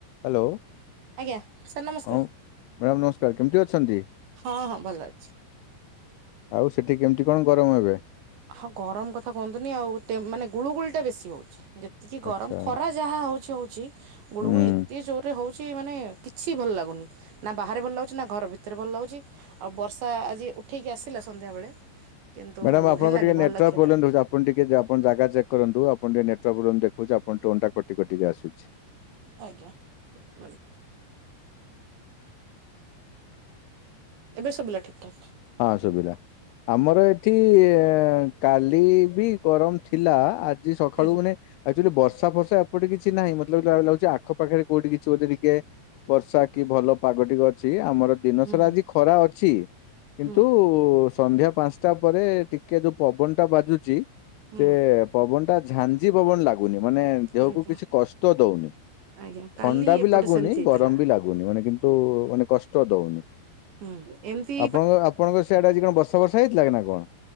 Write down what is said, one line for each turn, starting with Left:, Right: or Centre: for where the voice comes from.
Left: ହ୍ୟାଲୋ।
Right: ଆଜ୍ଞା ସାର୍ ନମସ୍କାର।
Left: ହଁ ମ୍ୟାଡ଼ାମ ନମସ୍କାର, କେମିତି ଅଛନ୍ତି?
Right: ହଁ ହଁ ଭଲ ଅଛି।
Left: ଆଉ ସେଠି କେମିତି କଣ ଗରମ ଏବେ?
Right: ହଁ ଗରମ କଥା କୁହନ୍ତୁନି ଆଉ ତେ- ମାନେ ଗୁଳୁ ଗୁଳି ଟା ବେଶୀ ହଉଛି। ଯେତିକି ଗରମ
Left: ଆଚ୍ଛା
Right: ଖରା ଯାହା ହଉଛି ହଉଛି ଗୁଳୁଗୁଳି
Left: ହୁଁ
Right: ଏତେ ଜୋରରେ ହଉଛି ମାନେ କିଛି ଭଲ ଲାଗୁନି। ନା ବାହାରେ ଭଲ ଲାଗୁଛି ନା ଘର ଭିତରେ ଭଲ ଲାଗୁଛି। ଆଉ ବର୍ଷା ଆଜି ଉଠେଇକି ଆସିଲା ସନ୍ଧ୍ୟାବେଳେ କିନ୍ତୁ
Left: ମ୍ୟାଡ଼ାମ ଆପଣଙ୍କ
Right: ହେଲାନି
Left: ଟିକେ
Right: ଭଲ
Left: ନେଟୱାର୍କ
Right: କି ହେଲାନି
Left: ପ୍ରୋବ୍ଲେମ୍ ରହୁଛି ଆ ଆପଣ ଟିକେ ଜା-ଆପଣ ଜାଗା ଚେକ୍ କରନ୍ତୁ ଆପଣ ଟିକେ ନେଟୱାର୍ ପ୍ରୋବ୍ଲେମ୍ ଦେଖୁଛି ଆପଣ ଟୋନ୍ ଟା କଟି କଟିକି ଆସୁଛି।
Right: ଆଜ୍ଞା ମାନେ? ଏବେ ଶୁବିଲା ଠିକ ଠାକ୍?
Left: ହଁ ଶୁବିଲା। ଆମର ଏଠି ଅ, କାଲି ବି ଗରମ ଥିଲା। ଆଜି ସଖାଳୁ
Right: ଆଜ୍ଞା
Left: ମାନେ ଆକ୍ଚୁଲି ବର୍ଷା ଫର୍ଷା ଏପଟ କିଛି ନାହିଁ। ମୋତେ ଲାଗୁ ଆଉ ଲାଗୁଛି ଆଖପଖରେ କୋଉଠି କିଛି ଗୋଟେ ଟିକେ ବର୍ଷା କି ଭଲ ପାଗ ଟିକେ ଅଛି। ଆମର ଦିନ
Right: ହୁଁ
Left: ସାରା ଆଜି ଖରା ଅଛି। କିନ୍ତୁ
Right: ହୁଁ
Left: ସନ୍ଧ୍ୟା ପାନ୍ସଟା ପରେ ଟିକେ ଯୋଉ ପବନ ଟା ବାଜୁଚି
Right: ହୁଁ
Left: ସେ ପବନ ଟା ଝାଞ୍ଜି ପବନ ଲାଗୁନି। ମାନେ ଦେହକୁ
Right: ଆଜ୍ଞା
Left: କିଛି କଷ୍ଟ ଦଉନି।
Right: ଆଜ୍ଞା କାଲି
Left: ଥଣ୍ଡା
Right: ଏପଟେ
Left: ବି ଲାଗୁନି
Right: ସେମିତି ହେଇଥିଲା।
Left: ଗରମ ବି ଲାଗୁନି। ମାନେ କିନ୍ତୁ ମାନେ କଷ୍ଟ ଦଉନି।
Right: ହୁଁ, ଏମତି
Left: ଆପଣଙ୍କ ଆପଣଙ୍କ ସିଆଡେ ଆଜି କଣ ବର୍ଷ ବର୍ଷା ହେଇଥିଲା କି ନା କଣ?